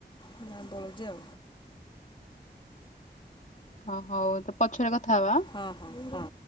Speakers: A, on the left; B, on the left.
A: <unintelligible> ପଳାଉଛି।
B: ଓ ହଉ ତ ପଛରେ କଥା ହବା।
A: ହଁ ହଁ ହଁ